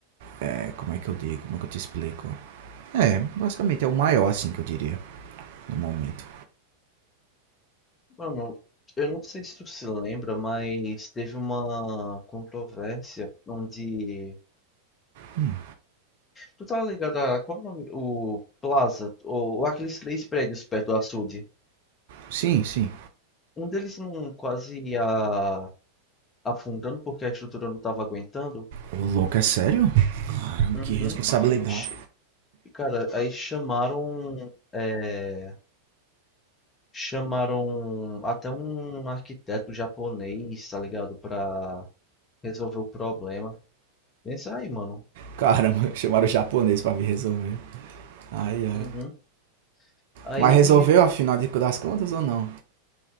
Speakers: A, on the right (about 55°); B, on the left (about 20°).
A: é, como é que eu digo? Como é que eu te explico? É, basicamente é o maior assim que eu diria no momento.
B: Mano, eu não sei se tu se lembra, mas teve uma controvérsia onde.
A: Hum,
B: Tu tá ligado a qual o nome? O Plaza, ou, aqueles três prédios perto do açude.
A: sim, sim.
B: Um deles não quase ia afundando porque a estrutura não tava aguentando.
A: Ô louco, é sério? Caramba,
B: Uhum.
A: que responsabilidade.
B: Ch- Cara, aí chamaram. é, chamaram até um arquiteto japonês, tá ligado? Pra resolver o problema. Pensa aí, mano.
A: Caramba, <laughs> chamaram o japonês pra me resolver. Ai, ai.
B: Uhum. Aí
A: Mas resolveu afinal de- das contas ou não?